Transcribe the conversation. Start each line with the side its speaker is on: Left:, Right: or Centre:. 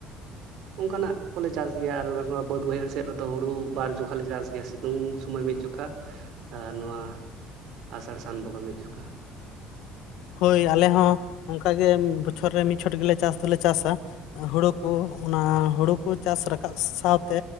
Right: ᱚᱝᱠᱟᱱᱟᱜ ᱠᱚᱞᱮ ᱪᱟᱥ ᱜᱮᱭᱟ ᱟᱨ ᱱᱚᱣᱟ ᱵᱟᱹᱫᱽ ᱵᱟᱹᱭᱦᱟᱹᱲ ᱥᱮᱫ ᱨᱮᱫᱚ ᱦᱩᱲᱩ ᱵᱟᱨ ᱡᱚᱠᱷᱟ ᱞᱮ ᱪᱟᱥ ᱜᱮᱭᱟ᱾ ᱥᱤ ᱩᱱ ᱥᱚᱢᱚᱭ ᱢᱤᱫ ᱡᱚᱠᱷᱟ ᱟᱨ ᱱᱚᱣᱟ ᱟᱥᱟᱲ ᱥᱟᱱ ᱵᱚᱸᱜᱟ ᱢᱤᱫ ᱡᱚᱠᱷᱟ᱾
Left: ᱦᱳᱭ ᱟᱞᱮ ᱦᱚᱸ ᱚᱝᱠᱟ ᱜᱮ ᱵᱚᱪᱷᱚᱨ ᱨᱮ ᱢᱤᱫ ᱪᱷᱚᱴ ᱜᱮᱞᱮ ᱪᱟᱥ ᱫᱚᱞᱮ ᱪᱟᱥᱟ᱾ ᱦᱩᱲᱩ ᱠᱚ ᱚᱱᱟ ᱦᱩᱲᱩ ᱠᱚ ᱪᱟᱥ ᱨᱟᱠᱟᱵ ᱥᱟᱶᱛᱮ